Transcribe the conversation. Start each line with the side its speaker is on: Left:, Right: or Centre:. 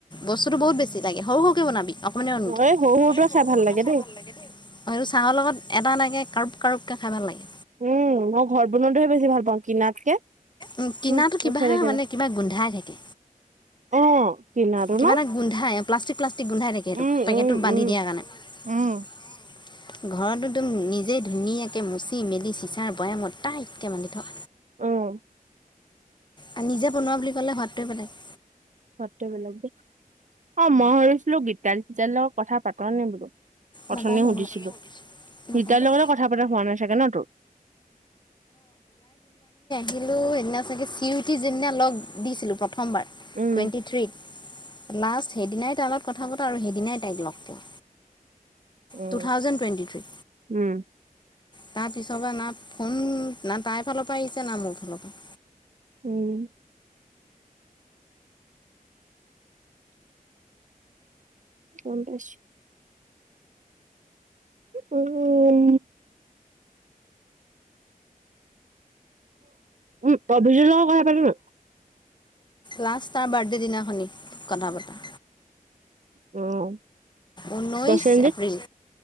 Left: বস্তুতটো বহুত বেছি লাগে। সৰু সৰু বনাবি অকমানি এটো
Right: এই সৰু সৰুটোৱে খাই ভাল লাগে দেই
Left: চাহৰ লগত এটা কাৰোব কাৰোবকে খাই ভাল লাগে।
Right: উম মই ঘৰত বনোটোহে বেছি ভাল পাওঁ কিনাতকে।
Left: উ কিনাটো
Right: উম
Left: কিবা
Right: থৈ দে কেইটা
Left: মানে কিবা গোন্ধাই থাকে।
Right: অ কিনাটো
Left: কিবা
Right: ন
Left: এটা গোন্ধাই প্লাষ্টিক প্লাষ্টিক গোন্ধাই থাকে সেই
Right: উম
Left: পেকেটত
Right: উম
Left: বান্ধি
Right: উম
Left: দিয়াৰ কাৰণে।
Right: উম
Left: <inaudible> ঘৰতো তম নিজেই ধুনীয়াকে মুচি মেলি চিচাৰ বয়ামত তাইতকৈ মানি থৱ।
Right: উম
Left: আৰু নিজে বনোৱা বুলি ক'লে শুৱাতটোৱে বেলেগ।
Right: হোৱাততোৱেই বেলেগ দেই অ মই ভছিলো গীতালি চিতালি লগত কথা পাত নে বোলো?
Left: নাপালোঁ
Right: অথনি সুধিছিলো।
Left: মই নাপালোঁ
Right: গীতালি
Left: নাই
Right: লগতে কথা পতা হোৱা না চাগে ন তোৰ?
Left: দিলো সেইদিনা চাগে চিটি যেদিনা লগ দিছিলো। প্ৰথমবাৰ
Right: উম
Left: টুৱেণ্টি থ্ৰীত। লাষ্ট সেইদিনাই তাই লগত কথা পতা আৰু সেইদিনাই তাইক লগ পোৱা।
Right: উ
Left: টু থাউজেণ্ড টুৱেণ্টি থ্ৰী
Right: উম
Left: তাৰ পিছৰ বা না ফোন, না তাইৰ ফালৰ পৰা আহিছে, না মোৰ ফালৰ পৰা।
Right: উম! গ'ম পাইছোঁ। উম! উম, অভিজিত লগত কথা পাতিলি?
Left: লাষ্ট তাৰ বাৰ্থডে দিনাখনি কথা পতা।
Right: অ'!
Left: ঊনৈশ
Right: প্ৰসেনজিত
Left: এপ্ৰিল,